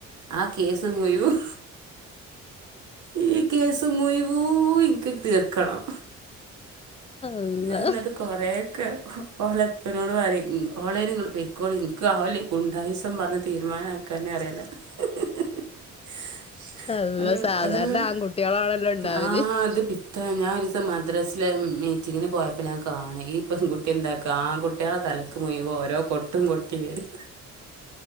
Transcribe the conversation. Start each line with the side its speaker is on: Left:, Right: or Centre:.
Right: ആ കേസ് മുഴുവൻ ഈ കേസ് മുഴുവൻ ഊഇൻക്ക് തീർക്കണം
Left: അള്ളാ
Right: ഞാൻ എന്നിട്ട് കൊറെേയൊക്കെ ഓളെപ്പനോട്പറിം ഉം ഓൺലൈന് ങ്ങള് പോയ്ക്കോളിന്ന് ക്ക് ആവല്ലേ ഗുണ്ടായ്സം പറഞ്ഞ് തീരുമാനക്കാൻ അറില്ല <unintelligible>
Left: അള്ളാ സാധാരണ ആൺകുട്ടികളാണല്ലോ ഉണ്ടാവല്
Right: ആ ആത് താ ഞാൻ ഒരീസം തെ മദ്രസിലെ മീറ്റി റ്റിങ്ങിന് പോയപ്പ ഞാൻ കാണും ഈ പെൺകുട്ടി ത്യന്താക്ക ആൺകുട്ട്യാളെ തലക്ക് മുയുവോ ഓരോ കൊട്ട് കൊട്ടി വരും